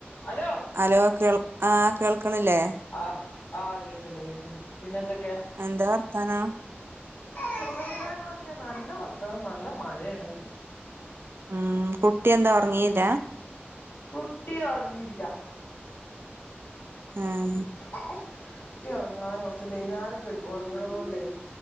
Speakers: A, on the left (about 55°); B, on the right (about 65°).
A: Hello
B: hello കേൾ ആഹ് കേൾക്കണില്ലേ
A: ആഹ് ആഹ് കേക്ക്‌ണ്ട് കേക്ക്‌ണ്ട് പിന്നെ എന്തൊക്കെയാ?
B: എന്താ വർത്താനം
A: സുഖവിവരങ്ങളൊക്കെ നല്ല വർത്താനം നല്ല മഴാണ്
B: ഉം കുട്ടി എന്താ ഉറങ്ങീല
A: കുട്ടിയ ഉറങ്ങിട്ടില്ല
B: ആഹ്
A: കുട്ടി ഉറങ്ങാൻ കുറച്ച് വൈുന്നേരംക്കെ എടുക്കും ഉറങ്ങണത് കൊണ്ടേ